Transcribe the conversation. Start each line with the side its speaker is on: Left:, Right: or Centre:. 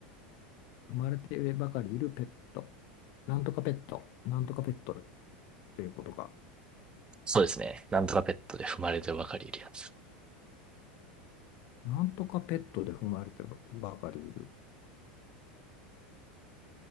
Left: 生まれてばかりいるペット。なんとかペット。なんとかペットっていうことか。
Right: そうですね。なんとかペットで踏まれてばかりいるやつ。
Left: なんとかペットで生まれてばかりいる。